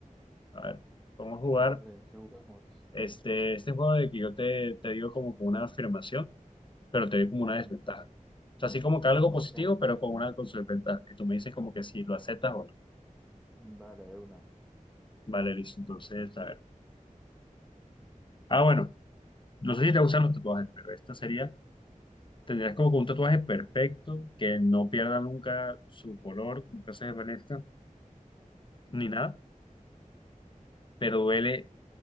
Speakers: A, on the left (about 35°); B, in the centre.
A: A ver, vamos a jugar
B: Dale, ¿qué jugamos?
A: este, este juego de que yo te, te digo como con una afirmación, pero te doy como
B: Ujú.
A: una desventaja. O sea, así como que algo
B: Ok,
A: positivo, pero con una con su desventaja. Y tú me dices como que si lo aceptas o no.
B: dale, de una.
A: Vale, listo. Entonces, a ver. Ah, bueno, no sé si te gustan los tatuajes, pero esta sería, tendrías como que un tatuaje perfecto, que no pierda nunca su color, nunca se desvanezca, ni
B: Sí.
A: nada. pero duele